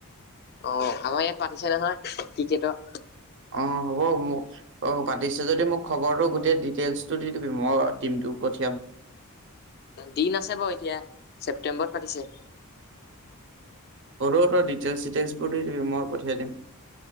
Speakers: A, on the left (about 45°); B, on the right (about 55°).
A: অ, আমাৰ ইয়াত পাতিছে নহয় টিকেটত।
B: অ হ'ব মোক অ পাতিছে যদি মোক খবৰটো গোটেই ডিটেইলচটো দি দিবি মই টিমটো পঠিয়াম।
A: দিন আছে বাৰু এতিয়া ছেপটেম্বৰত পাতিছে।
B: সৰু ত ডিটেইলচ চিটেইলচবোৰ দি দিবি মই পঠিয়াই দিম।